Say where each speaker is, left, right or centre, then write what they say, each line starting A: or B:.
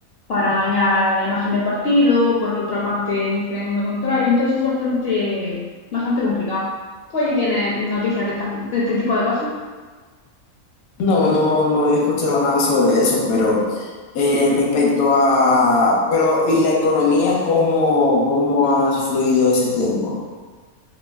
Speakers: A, on the left; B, on the left.
A: para dañar a la imagen del partido, por otra parte dicen lo contrario, entonces es bastante, bastante complicado. ¿Tú allí tienes noticias de, estas- de este tipo de cosas?
B: No, no, no he escuchado nada sobre eso, pero eh, respecto a, pero, ¿y la economía, cómo, cómo ha fluido ese tiempo?